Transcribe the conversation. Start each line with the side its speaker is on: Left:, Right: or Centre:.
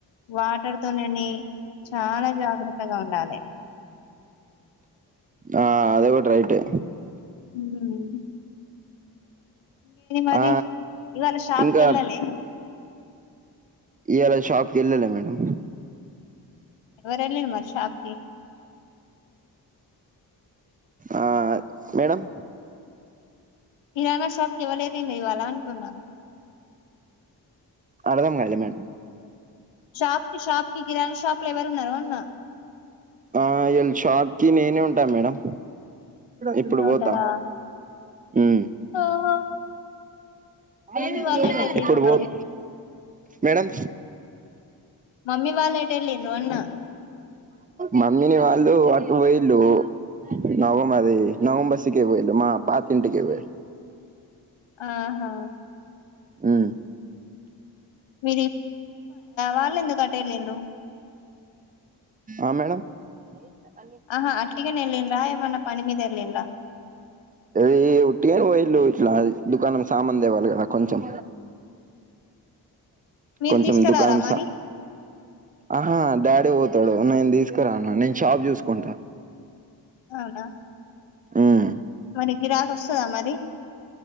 Left: వాటర్ తోని చాలా జాగ్రత్తగా ఉండాలి
Right: ఆ అది కూడా రైటే
Left: హ్మ్ మరి
Right: ఆ
Left: ఇవాళ షాప్
Right: ఇంకా
Left: కి వెళ్ళాలి
Right: ఇయలా షాప్ ఏళ్ళల మేడం
Left: ఎవరెల్లరు మళ్ళీ షాపుకి
Right: ఆ మేడం
Left: ఇయ్యాల షాపుకి ఎవరెల్లరు అంటున్నా
Right: అర్థం కాల మేడం
Left: షాప్ కి షప్ కి కిరాణ షాప్ లో ఎవరు ఉన్నారు అన్నా
Right: ఆ ఇవళ షాప్ కి నేనే ఉంటాను మేడం ఇప్పుడు
Left: మీరే
Right: పోతా
Left: ఉంటారా
Right: ఉ
Left: ఓహో మమ్మీ
Right: ఏంది
Left: వాళ్ళు
Right: వెళ్ళినారా
Left: ఎటు
Right: షాప్
Left: వెళ్ళిరు
Right: కి, ఇప్పుడు పోత
Left: మరి
Right: మేడం
Left: మమ్మీ వాల్లు ఎట్టెలిండ్రూ అన్
Right: మమ్మీని వాళ్ళు అటు పొయుళు్లు నవమ అది నవం బసికి పో ఇలు మా పాతింటికే పోయ
Left: ఆహా
Right: హ్మ్
Left: మీరు వాలెందుకు అట్లెలిండ్రు
Right: ఆ మేడం ్
Left: ఆహా అట్టిగనే ఎల్లిడ్ర ఎమన్న పని మీద ఎల్లిండ్ర
Right: అది ఒట్టిగానే పొయిండ్రు ఇట్లా దుకాణం సామానులు తేవలి కదా కొంచెం
Left: మీరు
Right: కొంచెం
Left: తీసుకురారా
Right: దుకాణంస
Left: మరి
Right: ఆహా డాడీ పోతాడు నేను తీసుకురాను నేను షాప్ చూసుకుంటా
Left: అవునా
Right: ఉమ్
Left: మరి గిరాకి వస్తాద మరి